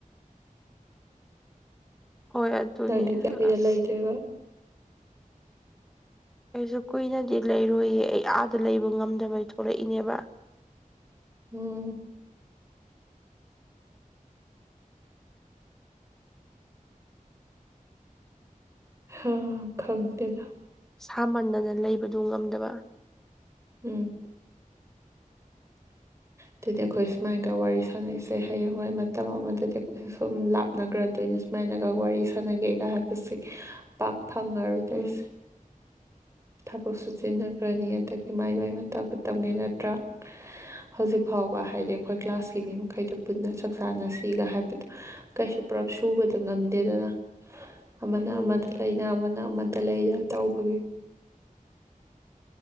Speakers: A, in the centre; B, on the right.
A: ꯍꯣꯏ ꯑꯗꯨꯅꯦ
B: ꯂꯪꯂꯤ ꯀꯌꯥꯞꯗꯂ
A: ꯑꯁ
B: ꯂꯩꯗꯣꯏꯕ
A: ꯑꯩꯁꯨ ꯀꯨꯏꯅꯗꯤ ꯂꯩꯔꯣꯏꯌꯦ ꯑꯩ ꯑꯥꯗ ꯂꯩꯕ ꯉꯝꯗꯕꯩ ꯊꯣꯛꯂꯛꯏꯅꯦꯕ
B: ꯎꯝ ꯍꯥꯥ ꯈꯪꯇꯗ
A: ꯁꯥꯃꯟꯗꯅ ꯂꯩꯕꯗꯨ ꯉꯝꯗꯕ
B: ꯎꯝ
A: <unintelligible>
B: ꯑꯗꯨꯗꯤ ꯑꯩꯈꯣꯏ ꯁꯨꯃꯥꯏꯒ ꯋꯥꯔꯤ ꯁꯥꯟꯅꯩꯁꯦ ꯍꯌꯦꯡ ꯍꯣꯏ ꯃꯇꯝ ꯑꯃꯗꯗꯤ ꯑꯩꯈꯣꯏꯁꯦ ꯁꯨꯝ ꯂꯥꯞꯅꯈ꯭ꯔ ꯑꯗꯨ ꯑꯗꯨꯣꯏꯅ ꯁꯨꯃꯥꯏꯅꯒ ꯋꯥꯔꯤ ꯁꯥꯟꯅꯒꯦꯒ ꯍꯥꯏꯕꯁꯦ ꯄꯥꯛ ꯐꯪꯉꯔꯣꯏꯗꯣꯏꯁꯦ
A: ꯎꯝ
B: ꯊꯕꯛ ꯁꯨ ꯆꯖꯤꯟꯅꯈ꯭ꯔꯅꯤ ꯑꯗꯒꯤ ꯃꯥꯏ ꯃꯥꯏ ꯃꯇ ꯇꯥꯛꯄ ꯇꯝꯒꯦ ꯅꯠꯇ꯭ꯔꯥ ꯍꯧꯖꯤꯛ ꯐꯥꯎ ꯐꯥꯎꯕ ꯍꯥꯏꯗꯤ ꯑꯩꯈꯣꯏ ꯀ꯭ꯂꯥꯁꯀꯤ ꯃꯤ ꯃꯈꯩꯗꯨ ꯄꯨꯟꯅ ꯆꯥꯛ ꯆꯥꯅꯁꯤꯒ ꯍꯥꯏꯕꯗ ꯀꯩꯁꯨ ꯄꯨꯂꯞ ꯁꯨꯕꯗ ꯉꯝꯗꯦꯗ
A: <unintelligible>
B: ꯑꯃꯅ
A: ꯎꯝ
B: ꯑꯃꯗ ꯂꯩꯅ ꯑꯃꯅ ꯑꯃꯗ ꯂꯩꯅ ꯇꯧꯕꯒꯤ